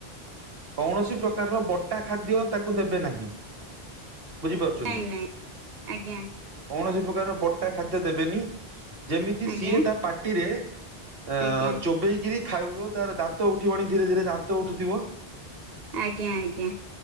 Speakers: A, on the right; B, on the right.
A: କୌଣସି ପ୍ରକାରର କଟା ଖାଦ୍ୟ ତାକୁ ଦେବେ ନାହିଁ। ବୁଝିପାରୁଛନ୍ତି
B: ନାଇଁ ନାଇଁ ଆଜ୍ଞା
A: କୌଣସି ପ୍ରକାର ଖାଦ୍ୟ ଦେବେନି। ଯେମିତି
B: ଆଜ୍ଞା
A: ସିଏ ତା ପାଟିରେ <unintelligible>
B: ଆଜ୍ଞା
A: ଚୋବେଇ କି ଗିରି ଖାଇ ତାର ଦାନ୍ତ ଉଠିବଣି ଧୀରେ ଧୀରେ ଦାନ୍ତ ଉଠୁଥିବ।
B: ଆଜ୍ଞା ଆଜ୍ଞା